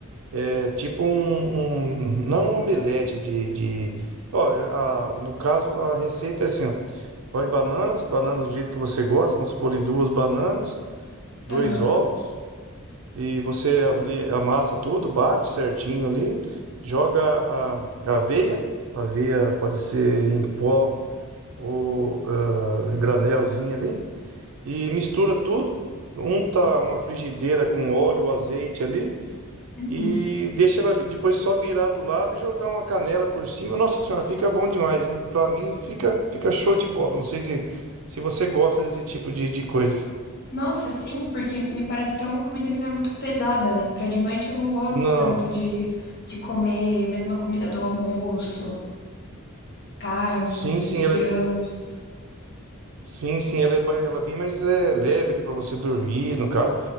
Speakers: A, on the right (about 75°); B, on the left (about 50°).
A: é, tipo um, um- não um omelete de, de ó, é, a- no caso a receita é assim, ó, põe bananas, bananas do jeito que você gosta, vamos pôr ali duas bananas, dois
B: aham,
A: ovos e você ali amassa tudo, bate certinho ali, joga a, a aveia, a aveia pode ser em pó ou ah, em granelzinho ali, e mistura tudo, unta uma frigideira com óleo, azeite ali,
B: uhum.
A: e deixa ela ali, depois só virar do lado e jogar uma canela por cima. Nossa senhora, fica bom demais, hein? Pra mim fica, fica show de bola. Não sei se, se você gosta desse tipo de, de coisa.
B: Nossa, sim, porque me parece até uma comida que não é muito pesada, né? Pra de noite eu não gosto
A: Não,
B: tanto de, de comer mesma comida do almoço. carne,
A: sim, sim,
B: e grãos.
A: ela é Sim, sim, ela é, ba- ela é bem mais é, leve ali para você dormir, no caso.